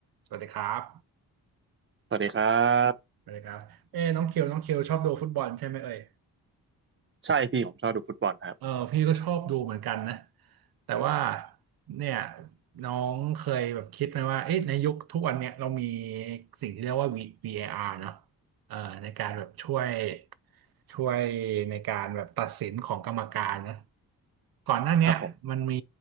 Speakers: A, on the right; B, on the right.
A: สวัสดีครับ
B: สวัสดีครับ
A: ไัสดีครับเอ้น้องเคียวน้องเคียวชอบดูฟุตบอลใช่ไหมเอ่ย
B: ใช่พี่ผมชอบดูฟุตบอลครับ
A: เออพี่ก็ชอบดูเหมือนกันนะแต่ว่าเนี่ยน้องเคยแบบคิดไหมว่าเอ๊ะในยุคทุกวันเนี่ยเรามีสิ่งที่เรียกว่า V- VAR เออาร์เนาะเออในการแบบช่วยช่วยในการแบบตัดสินของกรรมการนะก่อนหน้าเนี้ยมันมี
B: ครับผม